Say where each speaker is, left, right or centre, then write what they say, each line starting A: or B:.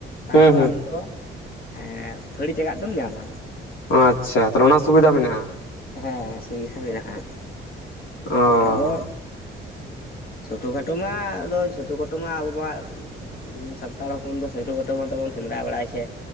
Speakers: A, on the left; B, on the left.
A: ᱛᱟᱨ
B: ᱦᱮᱸ
A: ᱦᱚᱸ
B: ᱦᱩᱸ
A: ᱟᱢ ᱫᱚ᱾ ᱮᱸᱻ ᱯᱷᱟᱹᱲᱤ ᱪᱟᱜᱟᱫ ᱫᱚᱢ ᱧᱟᱢᱟ᱾
B: ᱟᱪᱪᱷᱟ ᱛᱟᱦᱚᱸᱞᱮ ᱚᱱᱟ ᱥᱩᱵᱤᱫᱷᱟ ᱢᱮᱱᱟᱜ-ᱟ᱾
A: ᱦᱮᱸ ᱥᱩᱵᱤᱫᱷᱟ ᱢᱮᱱᱟᱜ-ᱟ
B: ᱚ
A: ᱟᱫᱚ᱾ ᱪᱷᱳᱴᱳ ᱠᱷᱟᱴᱳ ᱢᱟ ᱟᱫᱚ ᱪᱷᱳᱴᱳ ᱠᱷᱟᱴᱳ ᱢᱟ ᱟᱵᱚ ᱢᱟ, ᱥᱟᱱᱛᱟᱲ ᱦᱚᱯᱚᱱ ᱫᱚ ᱥᱩᱴᱩ ᱛᱮᱵᱚᱱ ᱥᱮᱸᱫᱽᱨᱟ ᱵᱟᱲᱟᱭ ᱥᱮᱹ